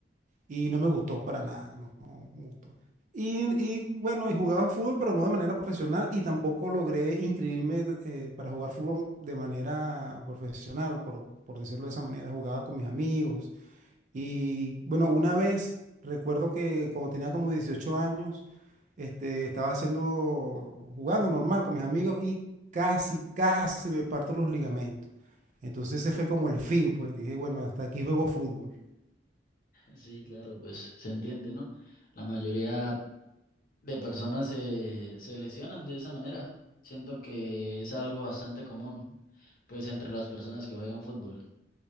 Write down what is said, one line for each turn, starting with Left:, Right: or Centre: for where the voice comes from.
Right: y no me gustó para nada, no, no me gustó. Y, y, bueno, y jugaba fútbol, pero no de manera profesional y tampoco logré inscribirme eh, para jugar fútbol de manera profesional, por, por decirlo de esa manera. Jugaba con mis amigos y bueno, una vez recuerdo que cuando tenía como 18 años, este, estaba haciendo, jugando normal con mis amigos y casi, casi me parto los ligamentos. Entonces ese fue como el fin, pues dije, bueno, hasta aquí juego fútbol.
Left: Sí, claro, pues se entiende, ¿no? La mayoría de personas se, se lesionan de esa manera. Siento que es algo bastante común, pues entre las personas que juegan fútbol.